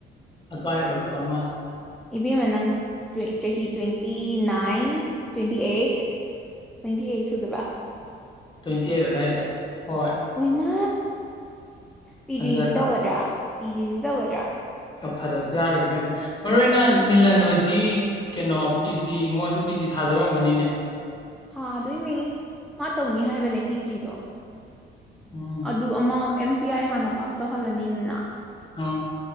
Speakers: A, on the left (about 25°); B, in the centre.
A: ꯑꯗꯨꯋꯥꯎ ꯑꯣꯏꯔꯛꯇꯥꯑꯣ ꯃꯥꯜꯂꯦ꯫
B: ꯏꯕꯦꯝꯃ ꯅꯪ ꯆꯍꯤ twenty nine twenty eight twenty eight ꯁꯗꯕꯥ
A: ꯇ꯭ꯋꯦꯟꯇꯤ ꯑꯩꯠ ꯑꯗꯨꯋꯥꯏꯗ ꯍꯣꯏ
B: ꯑꯣꯏꯃꯥ ꯄꯤ
A: ꯇꯟꯖꯥ
B: ꯖꯤꯗꯤ
A: ꯆꯥ
B: ꯇꯧꯒꯗ꯭ꯔꯥ ꯄꯤ ꯖꯤꯗꯤ ꯇꯧꯒꯗ꯭ꯔꯥ
A: ꯐꯗꯁꯨ ꯌꯥꯔ ꯀ ꯃꯔꯨ ꯑꯣꯏꯅ ꯅꯤꯂꯟ ꯍꯣꯏꯗꯤ ꯀꯩꯅꯣ ꯄꯤ ꯖꯤ ꯃꯣꯏꯁꯨ ꯄꯤ ꯖꯤ ꯊꯥꯖꯔꯝꯒꯅꯤꯅꯦ꯫
B: ꯊꯥꯗꯣꯏꯅꯤ ꯃꯥ ꯇꯧꯅꯤ ꯍꯥꯏꯕꯅꯦ ꯄꯤꯆꯤꯗꯣ
A: ꯎꯝ
B: ꯑꯗꯨ ꯑꯃ ꯑꯦꯝ ꯁꯤ ꯑꯥꯏ ꯍꯥꯟꯅ ꯄꯥꯁ ꯇꯧꯍꯜꯂꯅꯤꯅ
A: ꯑꯥ